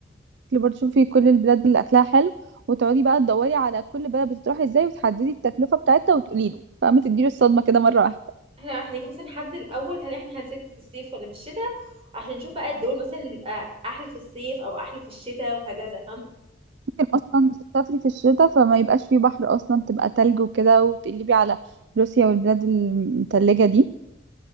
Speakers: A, on the right; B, on the right.
A: برضه شوفي كل البلاد اللي اكلها حلو وتقعدي بقى تدوري على كل بلد بتروحي ازاي وتحددي التكلفه بتاعتها وتقولي له فما تديله الصدمه كده مره واحده
B: احنا احنا جاي مثلا نحدد الاول هل احنا هنسافر في الصيف ولا في الشتاء عشان نشوف بقى الدول مثلا اللي بيبقى احلى في الصيف او احلى في الشتاء وهكذا
A: ممكن اصلا تسافري في الشتاء فما يبقاش فيه بحر اصلا تبقى تلج وكده وتقلبي على روسيا والبلاد المتلجة دي